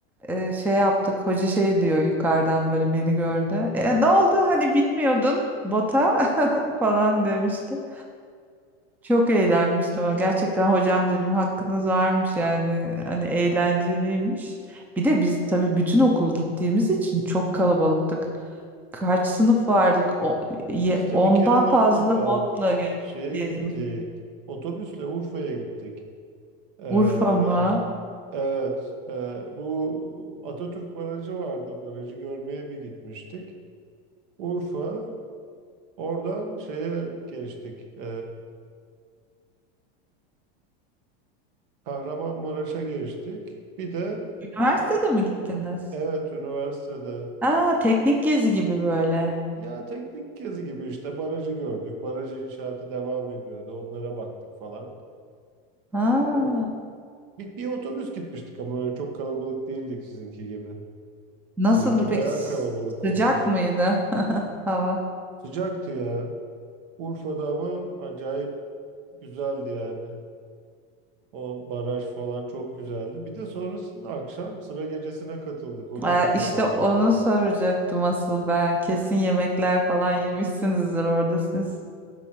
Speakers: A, in the centre; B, on the right.
A: e, şey yaptık. Hoca şey diyor yukarıdan böyle beni gördü. E, ne oldu hani bilmiyordun bota <laughs> falan demişti. Çok eğlenmiştim.
B: Hı.
A: ama Gerçekten hocam dedim hakkınız varmış yani. Hani eğlenceliymiş. Bir de biz tabii bütün okul gittiğimiz için çok kalabalıktık. Kaç sınıf vardık? O, ye-
B: Biz de
A: ondan
B: bir kere ne
A: fazla
B: yaptık bak.
A: botla ge-
B: Şeye
A: gezmiş.
B: gittik. Otobüsle Urfa'ya gittik. Ee,
A: Urfa mı?
B: evet. e, bu Atatürk Barajı vardı. Barajı görmeye bir gitmiştik. Urfa. Oradan şeye geçtik. Ee, Kahramanmaraş'a geçtik. Bir de
A: Üniversitede
B: e,
A: mi gittiniz?
B: evet üniversitede
A: Aa, teknik gezi gibi böyle.
B: Ya teknik gezi gibi işte barajı gördük. Baraj inşaatı devam ediyordu. Onlara baktık falan.
A: Ha.
B: Ee, bir, bir otobüs gitmiştik ama öyle çok kalabalık değildik sizinki gibi.
A: Nasıldı
B: Sizinki
A: peki?
B: bayağı
A: Sıcak
B: kalabalık olmuş.
A: mıydı <laughs> hava?
B: Sıcaktı ya. Urfa'da ama acayip güzeldi yani. O baraj falan çok güzeldi. Bir de sonrasında akşam sıra gecesine katıldık. O da
A: Ee,
B: çok eğlenceliydi.
A: işte onu soracaktım asıl ben. Kesin yemekler falan yemişsinizdir orada siz.